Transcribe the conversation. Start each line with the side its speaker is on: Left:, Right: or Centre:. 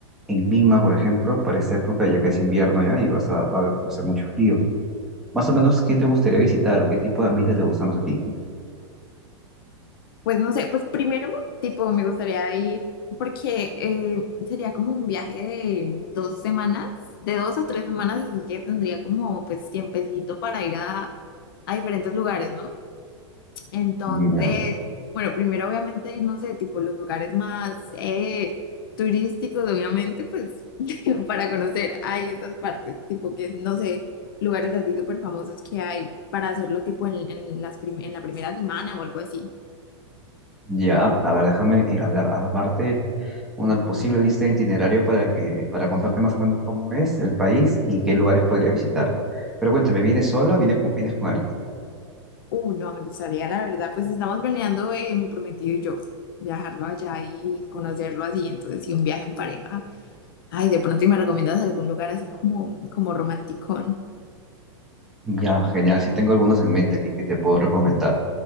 Centre: en Lima, por ejemplo, para esta época ya que es invierno ya y vas a, va a va a hacer mucho frío. Más o menos, ¿qué te gustaría visitar o qué tipo de ambiente te gustan más a ti?
Left: Pues no sé, pues primero, tipo, me gustaría ir porque eh, sería como un viaje de dos semanas, de dos a tres semanas, así que tendría como pues tiempecito para ir a, a diferentes lugares, ¿no? Entonces,
Centre: Ya.
Left: bueno, primero obviamente ir, no sé, tipo los lugares más eh, turísticos, obviamente, pues <laughs> para conocer ahí estas partes, tipo que, no sé, lugares así súper famosos que hay para hacerlo tipo en, en las prim- en la primera semana o algo así.
Centre: Ya, a ver, déjame y hablar, armarte una posible lista de itinerario para que, para contarte más o menos cómo es el país y qué lugares podrías visitar. Pero cuéntame, ¿vienes sola o vienes con, vienes con alguien?
Left: Uh, no, me gustaría, la verdad, pues estamos planeando eh, mi prometido y yo, viajarlo allá y conocerlo así, entonces sí, un viaje en pareja. Ay, de pronto, ¿y me recomiendas algún lugar así como, como romanticón?
Centre: Ya, genial, sí tengo algunos en mente aquí que te puedo recomendar.